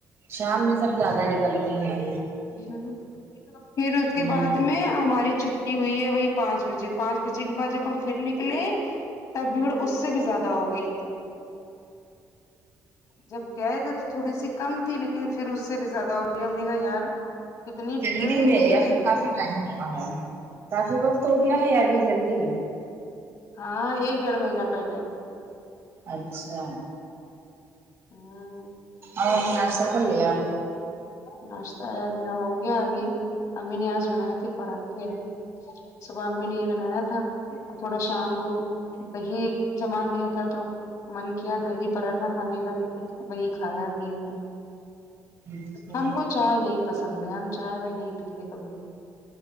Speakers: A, on the right (about 45°); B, on the left (about 65°).
A: شام میں سب زیادہ نکلتے ہیں
B: ہمم پھر اس کے
A: ہ
B: بعد میں ہماری چ ہوئی ہے وہی پانچ بجے پانچ بجے کے بعد جب ہم پھر نکلے تب بھیڑ اس سے بھی زیادہ ہو گئی جب گئے تھے تو تھوڑی سی کم تھی لی کن پھر اس سے بھی زیادہ و ہم نے کہا یار کتنی
A: جلدی
B: بھیڑ ہے اتنی
A: میں یا پھر
B: ج
A: کافی ٹائم ہوا ہے کافی وقت ہو گیا ہے یا ابھی جلدی
B: ہاں ایک ڈیڑھ مہینہ پہلے
A: اچھا
B: ہ
A: اور ناشتہ کر لیا
B: ناشتہ یار میرا ہو گیا ابھی امی نے آج بنائے تھے پراٹھے صبح امی نے یہ بنایا تھا اور تھوڑا شام کو دہی جما لیا تھا تو من کیا دہی پراٹھا کھانے کا تو پھر وہی کھایا ابھی ہم نے
A: اچھا
B: ہم کو چائے نہیں پسند ہے ہم چائے وائے نہیں پیتے کبھی